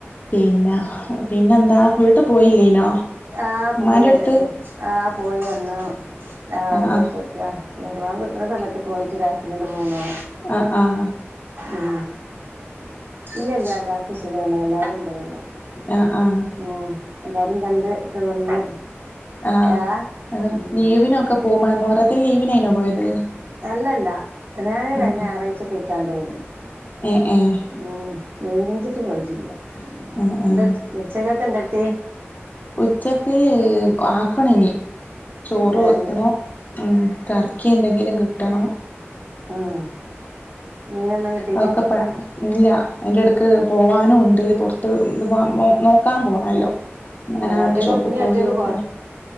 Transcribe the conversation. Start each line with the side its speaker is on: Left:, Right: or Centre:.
Left: പിന്ന പിന്നെന്താ വീട്ടു പോയില്ലേനോ?
Right: ആഹ് പോയി
Left: ഉമ്മാന്റെ
Right: വരേണു
Left: അടുത്ത്
Right: ആഹ പോയി വന്നു ആ
Left: ആഹ്
Right: ഒരു
Left: ആഹ്
Right: ഉച്ചക്ക്. മരിബാങ് കൊടുക്ണ സമയത്ത് പോയിറ്റ് രാത്രി ഇങ്ങട്ട് പോന്നു.
Left: ആഹ ആഹ ആ്
Right: ഉ ഇല്ലല്ല എല്ലാർക്കും സുഖണ് എല്ലാരുണ്ടേനി.
Left: ആഹ് ആഹ്
Right: ഉ എല്ലാരും കണ്ട്ഒക്കെ വന്ന്
Left: ആഹ
Right: ഏഹ്
Left: അ
Right: ഉം
Left: ലീവിനൊക്കെ പോ മൊഹറത്തിൽ ലീവിനെയിനോ പോയത്?
Right: അല്ലല്ല ഞാന്
Left: ആഹ്
Right: കഴിഞ്ഞ ഞാറാഴച്ച പോയ്‌ക്കാണ്ട് പോന്നു.
Left: ഏഹ് ഏഹ്
Right: ഉ ലീവ്നെച്ചിട്ട് പോയിട്ടില്ല.
Left: ആഹ്
Right: എന്ത
Left: ആഹ്
Right: ഉച്ചക്കക് എന്ത?.. റ്റെ <unintelligible>
Left: ഉച്ചക്ക് ആക്കണ ഇനി ചോറ്
Right: എന്താണ്ട്
Left: വെക്കണോ ഉ കറക്കി ന്തെങ്കിലും കിട്ടണോം
Right: ആഹ മീനെ കി
Left: ഒതക്കെപ ഇല്ല അയിന്റെ ഇടക്ക് പോവാനും ഉണ്ട് പുറത്ത് <unintelligible> നോക്കാം പോണല്ലോ അങ്ങനെയള്ള
Right: ആഹ് ഒറ്റക്ക്
Left: ഷോപ്പ്
Right: ഇനി
Left: പോയി
Right: ഒറ്റക്ക്
Left: നോക്കണം